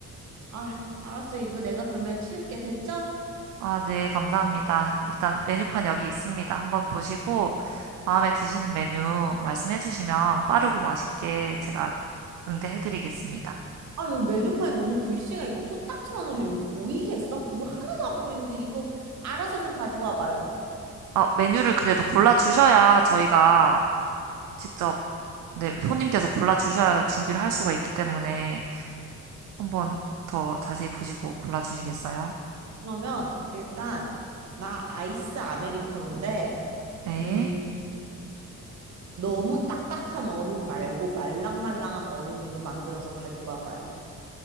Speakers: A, on the right (about 65°); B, on the right (about 85°).
A: 아휴, 알았어. 이거 내가 그러면 치울게. 됐죠?
B: 아, 네, 감사합니다. 일단 메뉴판 여기 있습니다. 한번 보시고 마음에 드시는 메뉴 말씀해 주시면 빠르고 맛있게 제가 응대해 드리겠습니다.
A: 아, 이거 메뉴판이 너무 글씨가 이거 코딱지만 하죠. 이거 보이겠어? 이거 하나도 안 보이는데 이거 알아서 좀 가지고 와봐요.
B: 아, 메뉴를 그래도 골라주셔야 저희가 직접, 네, 손님께서 골라주셔야 준비를 할 수가 있기 때문에 한번 더 자세히 보시고 골라주시겠어요?
A: 그러면 일단 나 아이스 아메리카노인데
B: 네.
A: 음, 너무 딱딱한 얼음 말고 말랑말랑한 얼음으로 만들어서 가지고 와봐요.